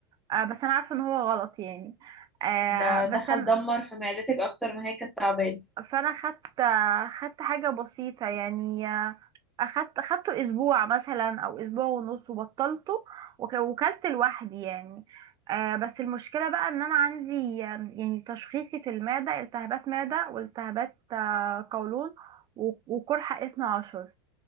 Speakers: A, on the right; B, in the centre.
A: آه بس انا عارفه ان هو غلط يعني آه
B: ده
A: بس
B: دخل
A: أنا
B: دمر في معدتك أكتر ما هي كانت تعبانة
A: فانا خدت خدت حاجه بسيطه يعني اخدت اخدته اسبوع مثلا او اسبوع ونص وبطلته وك- وكلت لوحدي يعني آه بس المشكله بقى ان انا عندي آم، يعني تشخيصي في المعده التهابات معده والتهابات آه، قولون و- وقرحه اسمه عشر